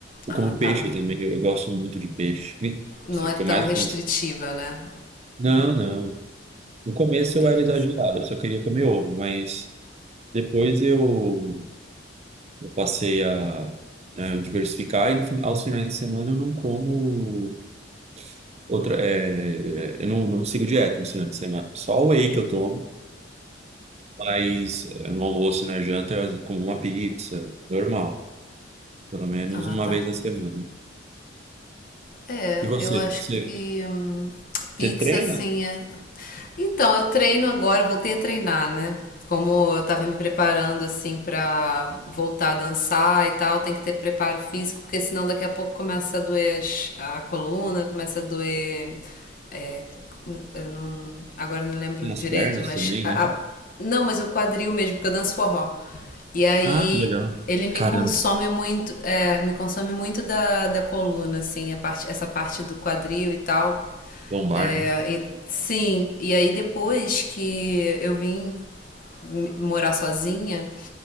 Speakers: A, on the right; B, on the left.
A: eu
B: Ah,
A: como
B: tá.
A: peixe também, eu, eu gosto muito de peixe. Me-
B: Não
A: assim,
B: é
A: o que
B: tão
A: eu mais
B: restritiva,
A: gosto.
B: né?
A: Não, não. No começo eu
B: Beleza.
A: era exagerado, eu só queria comer ovo, mas depois eu, eu passei a, a diversificar e no fin- aos finais de semana eu não como outra, é, é, eu não, não sigo dieta no final de semana, só o whey que eu tomo. Mas eh, no almoço e na janta eu como uma pizza, normal. Pelo menos
B: Ah,
A: uma
B: tá.
A: vez a semana.
B: É,
A: E você?
B: eu acho
A: Você,
B: que hum, pizza
A: você treina?
B: assim é. Então, eu treino agora, eu voltei a treinar, né? Como eu tava me preparando assim pra voltar a dançar e tal, tem que ter preparo físico, porque senão daqui a pouco começa a doer as- a coluna, começa a doer. é, eu não, agora eu não lembro
A: Tem
B: direito,
A: as pernas
B: mas.
A: também,
B: a-
A: né?
B: a- não, mas o quadril mesmo, porque eu danço forró. E aí
A: Ah, que legal.
B: ele me
A: Caramba,
B: consome muito, é, me consome muito da, da coluna, assim, a parte, essa parte do quadril e tal.
A: lombar,
B: É,
A: né?
B: e- sim, e aí depois que eu vim morar sozinha,